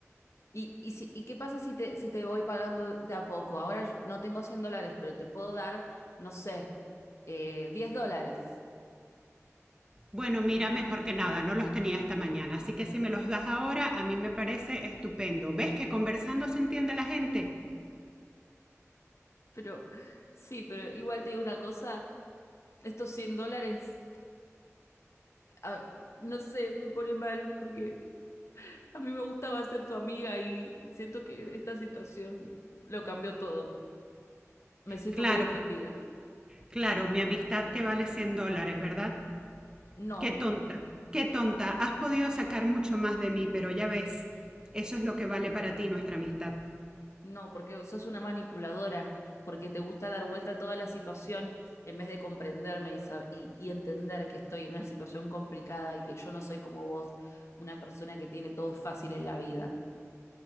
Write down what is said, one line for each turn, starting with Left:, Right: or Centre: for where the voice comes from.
Left: ¿y, y, si- y qué pasa si te, si te voy pagando de a poco? Ahora no tengo 100 dólares, pero te puedo dar, no sé, eh, 10 dólares.
Right: Bueno, mira, mejor que nada, no los tenía esta mañana, así que si me los das ahora, a mí me parece estupendo. ¿Ves que conversando se entiende la gente?
Left: Pero sí, pero igual te digo una cosa, estos 100 dólares, ah, no sé, me pone mal porque a mí me gustaba ser tu amiga y siento que esta situación lo cambió todo. Me siento
Right: Claro,
Left: muy ofendida.
Right: claro, mi amistad que vale 100 dólares, ¿verdad?
Left: No,
Right: Qué tonta, qué tonta. Has podido sacar mucho más de mí, pero ya ves, eso es lo que vale para ti nuestra amistad.
Left: No, porque sos una manipuladora, porque te gusta dar vuelta a toda la situación en vez de comprenderme y, sab- y- y entender que estoy en una situación complicada y que yo no soy como vos, una persona que tiene todo fácil en la vida.